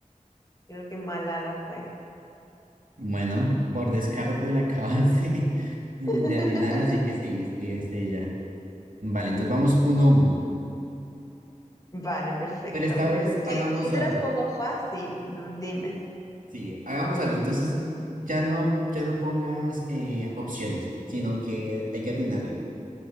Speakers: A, on the left (about 25°); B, on the right (about 75°).
A: Yo creo que Malala fue.
B: Bueno, por descarte la <laughs> acabas de, de
A: <laughs>
B: atinar, así que sí, sí es ella. Vale, entonces vamos uno a uno.
A: Vale, perfecto.
B: Pero esta
A: Pero
B: vez
A: es
B: hagamos
A: que yo te
B: algo.
A: las pongo fácil, dime.
B: Sí, hagamos algo. Entonces ya no, ya no pongas eh, opciones, sino que hay que atinarle.